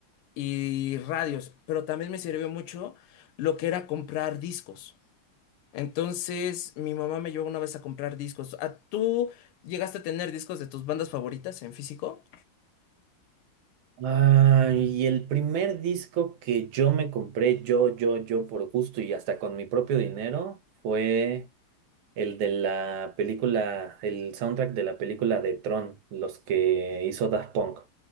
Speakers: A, on the left; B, on the right.
A: y radios. Pero también me sirvió mucho lo que era comprar discos. Entonces, mi mamá me llevó una vez a comprar discos. ¿A tú llegaste a tener discos de tus bandas favoritas en físico?
B: Ah, y el primer disco que yo me compré, yo, yo, yo, por gusto y hasta con mi propio dinero, fue el de la película, el soundtrack de la película de Tron, los que hizo Daft Punk.